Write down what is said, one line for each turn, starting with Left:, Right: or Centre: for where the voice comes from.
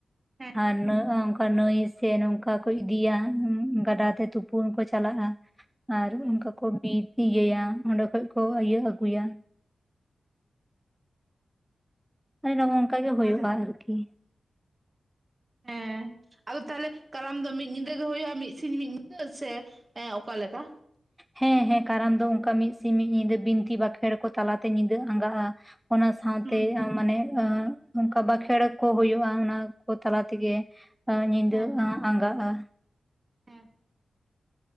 Right: ᱦᱮᱸ
Centre: ᱟᱨ ᱱᱟᱹ ᱱᱟᱹᱭ ᱥᱮ ᱱᱚᱝᱠᱟ ᱠᱚ ᱤᱫᱤᱭᱟ ᱜᱟᱰᱟᱛᱮ ᱛᱩᱯᱩᱱ ᱠᱚ ᱪᱟᱞᱟᱜᱼᱟ᱾ ᱟᱨ
Right: ᱦᱮᱸ
Centre: ᱚᱱᱠᱟ ᱠᱚ ᱵᱤᱫ ᱤᱭᱟᱹᱭᱟ ᱚᱸᱰᱮ ᱠᱷᱚᱡ ᱠᱚ ᱤᱭᱟᱹ ᱟᱹᱜᱩᱭᱟ ᱟᱨᱮ ᱱᱚᱜᱼᱚ ᱚᱝᱠᱟ ᱜᱮ
Right: ᱛᱟᱦᱚᱞᱮ
Centre: ᱦᱳᱭᱳᱜᱼᱟ ᱟᱨᱠᱤ <inaudible>
Right: ᱦᱮᱸ ᱟᱫᱚ ᱛᱟᱦᱚᱞᱮ ᱠᱟᱨᱟᱢ ᱫᱚ ᱢᱤᱫ ᱧᱤᱫᱟᱹ ᱜᱮ ᱦᱳᱭᱳᱜᱼᱟ ᱢᱤᱫ ᱥᱤᱧ ᱢᱤᱫ ᱧᱤᱫᱟᱹ ᱥᱮ ᱚᱠᱟ ᱞᱮᱠᱟ?
Centre: ᱦᱮᱸ ᱦᱮᱸ ᱠᱟᱨᱟᱢ ᱫᱚ ᱚᱱᱠᱟ ᱢᱤᱫ ᱥᱤᱧ ᱢᱤᱫ ᱧᱤᱫᱟᱹ ᱵᱤᱱᱛᱤ ᱵᱟᱸᱠᱷᱮᱲ ᱠᱚ ᱛᱟᱞᱟᱛᱮ ᱧᱤᱫᱟᱹ ᱟᱸᱜᱟᱼᱟ᱾ ᱚᱱᱟ ᱥᱟᱶᱛᱮ
Right: ᱦᱩᱸ
Centre: ᱟ ᱢᱟᱱᱮ ᱟᱸᱜ ᱚᱱᱠᱟ ᱵᱟᱸᱠᱷᱮᱬ ᱠᱚ ᱦᱳᱭᱳᱜᱼᱟ ᱚᱱᱟ ᱠᱚ ᱛᱟᱞᱟ ᱛᱮᱜᱮ ᱟᱨ ᱧᱤᱫᱟᱹ
Right: ᱦᱮᱸ ᱦᱮᱸ
Centre: ᱟ ᱟᱸᱜᱟᱼᱟ᱾
Right: ᱦᱮᱸ